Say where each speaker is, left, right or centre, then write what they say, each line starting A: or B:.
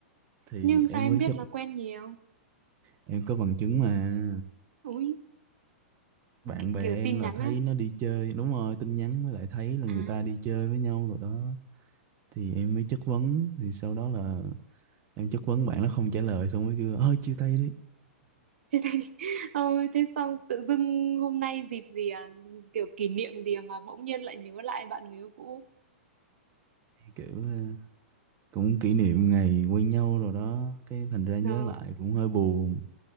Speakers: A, on the right; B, on the right.
A: thì
B: nhưng
A: em
B: sao em
A: mới
B: biết
A: chất
B: là quen nhiều?
A: em có bằng chứng mà
B: Úi,
A: bạn
B: cái
A: bè
B: kiểu
A: em
B: tin
A: là
B: nhắn
A: thấy
B: á.
A: nó đi chơi đúng rồi tin nhắn mới lại thấy là người
B: À,
A: ta đi chơi với nhau rồi đó thì em mới chất vấn thì sau đó là em chất vấn bạn nó không trả lời xong mới kêu ơi chia tay đi
B: chia tay <laughs> Ôi, thế xong tự dưng hôm nay dịp gì à? Kiểu kỷ niệm gì mà bỗng nhiên lại nhớ lại bạn người yêu cũ.
A: kiểu ờ, cũng kỷ niệm ngày quen nhau rồi đó cái thành ra nhớ
B: Đó.
A: lại cũng hơi buồn